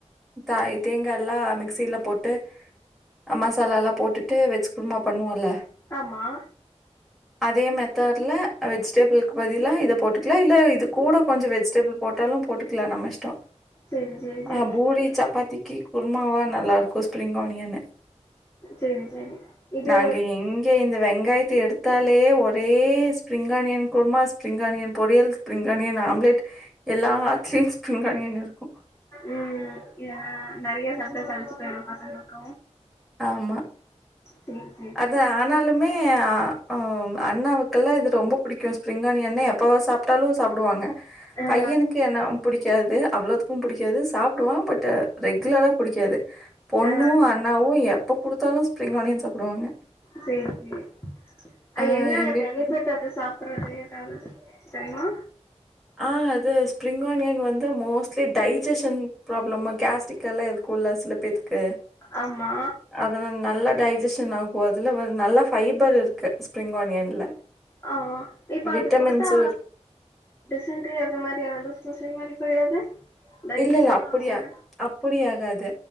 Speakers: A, in the centre; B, on the left.
A: தாய் தேங்காலா மிக்சில போட்டு மசாலாலா போட்டுட்டு வெஜ் குருமா பண்ணுவோல
B: ஆமா
A: அதே மெத் தெர்ல வெஜிடேபிள்க்கு பதிலா இத போட்டுக்லா இல்ல இது கூட கொஞ்சு வெஜிடபிள் போட்டாலும் போட்டுக்கலா நம்ம இஷ்டம்
B: செரி செரி
A: ஆ
B: செரி
A: பூரி
B: இ
A: சப்பாத்திக்கு குருமாவா நல்லா இருக்கும் ஸ்ப்ரிங் ஆனியனு
B: செரி செரி இது
A: நாங்க எங்க ஏ இந்த வெங்காயத்த எடுத்தாலே ஒர் ஒரே spring onion kurma spring onion பொரியல் ஸ்பிரிங் ஆனியன் ஆம்ப்லெட் எல்லா ஆத்துலயு ஸ்பிரிங் ஆனியன் இருக்கு
B: ம் இதெல்லா நெறைய சாப்ட்டா சளிச்சு போயிரு பசங்களுக்கு
A: ஆமா
B: சேரி சேரி
A: அதா
B: சேரி
A: ஆனாலுமே ஆ அம் அண்ணாவுக்கெல்லா இது ரொம்பப் புடிக்கு ஸ்பிரிங் ஆனியன்னா எப்பவா சாப்ட்டாலு சாப்புடுவாங்க
B: ஆ
A: பையனுக்கு என்ன புடிக்காது அவ்ளோத்துக்கு புடிக்காது சாப்டுவா பட்டு ரெகுலரா புடிக்காது பொண்ணு
B: ஆ
A: அண்ணாவு எப்ப குடுத்தாலு ஸ்ப்ரிங் ஆனியன் சாப்புடுவாங்க
B: சேரி சேரி அது
A: ஆ
B: என்ன
A: எங்களுக்கு
B: அது பெனிஃபிட்டு அத சாப் வேற எதாவுது தெரிமா
A: ஆ அது ஸ்ப்ரிங் ஆனியன் வந்து மோஸ்லி டைஜஷன் ப்ராப்ளமு கேஸ்டரிக் டெல்லே இருக்குல்லா சில பேத்துக்கு
B: ஆமா
A: அதுல நல்லா டைஜஷன் ஆகு அதுல நல்ல ஃபைபர் இருக்கு ஸ்ப்ரிங் ஆனியன்ல
B: ஆ இப்ப
A: விட்டமின்ஸும்
B: அது குடுத்தா
A: இரு
B: டிசன்ரி அது மாரியான லூஸ்மோஷன் மாரி போயிடாது டைஜிஷன்னா
A: இல்ல இல்ல அப்டி
B: சொல்ற
A: அப்டி ஆகாது